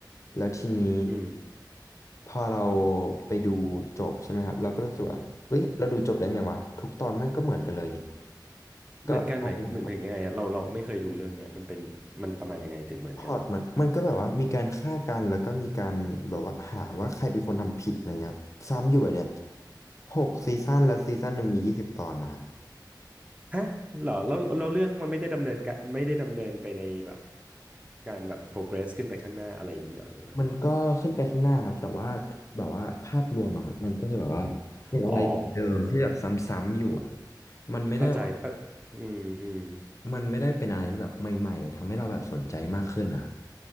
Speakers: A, on the left; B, on the right.
A: แล้วทีนี้
B: อืม
A: พอเราไปดูจบใช่ไหมครับเราก็รู้สึกว่าเฮ้ยเราดูจบได้ไงวะทุกตอนมันก็เหมือนกันเลยนี่
B: เหมือนกันหมายเหมือนยังไงอะเราเราไม่เคยดูเรื่องเนี้ยมันเป็นมันประมาณยังไงถึงเหมือนกัน
A: ก็เอาลงไปพอดมันมันก็แบบว่ามีการฆ่ากันแล้วก็มีการแบบว่าหาว่าใครเป็นคนทำผิดอะไรเงี้ยครับซ้ำอยู่แบบเนี้ยหกซีซั่นแล้วซีซั่นหนึ่งมียี่สิบตอนนะครับ
B: ฮะเหรอแล้วแล้วเรื่องมันไม่ได้ดำเนินการไม่ได้ดำเนินไปในแบบการแบบ progress ขึ้นไปข้างหน้าอะไรอย่างนี้เหรอหรือว่า
A: มันก็ขึ้นไปข้างหน้าครับแต่ว่าแบบว่าภาพรวมอะครับมันก็จะแบบว่าเป็นอะไรเดิมๆที่แบบซ้ำๆอยู่อะครับ
B: อ๋อ
A: มันไม่ได้
B: เข้าใจแป๊บอืมอืม
A: มันไม่ได้เป็นอะไรที่แบบใหม่ๆทำให้เราแบบสนใจมากขึ้นนะครับ